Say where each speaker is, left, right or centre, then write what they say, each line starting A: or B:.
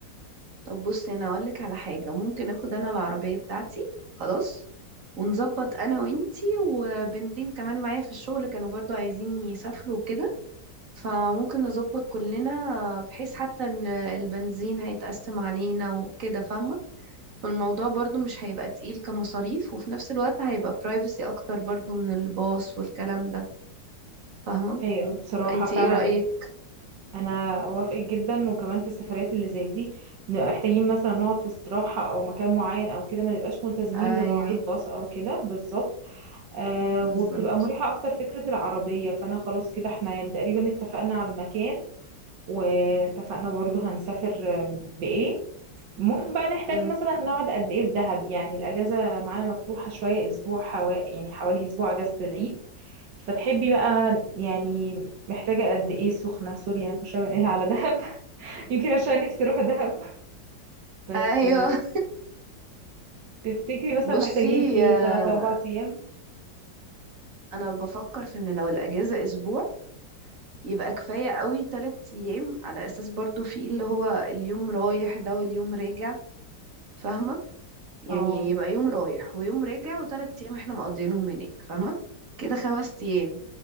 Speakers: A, on the right (about 45°); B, on the right (about 75°).
A: طب بصي انا اقول لك على حاجه ممكن اخد انا العربيه بتاعتي خلاص ونظبط انا وانتي وبنتين كمان معايا في الشغل كانوا برضو عايزين يسافروا كده فممكن نظبط كلنا بحيث حتى ان البنزين هيتقسم علينا وكده فاهمة فالموضوع برضو مش هيبقى تقيل كمصاريف وفي نفس الوقت هيبقى برايفسي اكتر برضو من الباص والكلام ده فاهمة
B: ايوه بصراحه
A: انتي
B: فعلا
A: ايه رأيك
B: انا اوافقك جدا وكمان في السفرات اللي زي دي بنبقى محتاجين مثلا نقعد في استراحه او مكان معين او كده ما نبقاش ملتزمين
A: ايوه
B: بمواعيد باص او كده بالظبط آه
A: بالظبط
B: وبتبقى مريحة أكتر فكرة العربية فأنا خلاص كده احنا يعني تقريبا اتفقنا على المكان واتفقنا برضو هنسافر آه، بإيه ممكن بقى نحتاج
A: مم.
B: مثلا نقعد قد إيه في دهب يعني الأجازة معانا مفتوحة شوية أسبوع حوا... يعني حوالي أسبوع أجازة العيد فتحبي بقى يعني محتاجة قد إيه السخنة سوري أنا كل شوية بنقلها على دهب <laughs> يمكن عشان نفسي أروح دهب بس
A: ايوه
B: آه،
A: <laughs>
B: تفتكري مثلا
A: بصي
B: محتاجين إيه
A: آه،
B: تلات أربع أيام
A: انا بفكر في ان لو الاجازه اسبوع يبقى كفايه قوي تلات ايام على اساس برضو في اللي هو اليوم رايح ده واليوم راجع فاهمه يعني
B: اه
A: يبقى يوم رايح ويوم راجع وتلات ايام احنا مقضيينهم هناك فاهمة كده خمس ايام